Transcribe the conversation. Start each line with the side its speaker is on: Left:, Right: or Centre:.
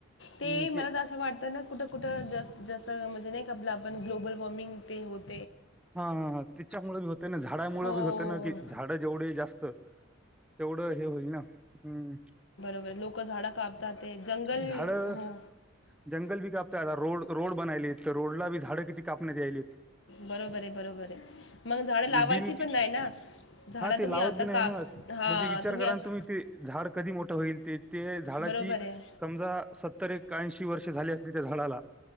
Left: ते
Centre: हम्म की
Left: मला असं वाटतं ना कुठं, कुठं जस म्हणजे नाही आपला आपण ग्लोबल वॉर्मिंग ते होत
Centre: हा, हा, हा तिच्यामुळे बी होते ना झाडामुळे
Left: हो
Centre: बी होते ना कि झाड जेवढे जास्त तेवढं हे होईल ना हम्
Left: वे लोक झाडं कापतात जंगल
Centre: झाडं
Left: हो.
Centre: जंगल बी कापताय आता रोड रोड बनयले आहेत तर रोडला बी झाडं किती कापण्यात यायलीत?
Left: बरोबर आहे बरोबर आहे मग झाडं लावायची
Centre: बिन
Left: पण नाही ना! झाडं
Centre: हा ते
Left: तुम्ही
Centre: लावत
Left: आता
Centre: बी नाही
Left: काप
Centre: ना
Left: हां
Centre: म्हणजे विचार करा
Left: आत-
Centre: तुम्ही ते झाड कधी मोठं होईल ते ते झाडा,
Left: बरोबर आहे
Centre: समजा सतर एक एऐंशी वर्षे झाली असतील त्या झाडाला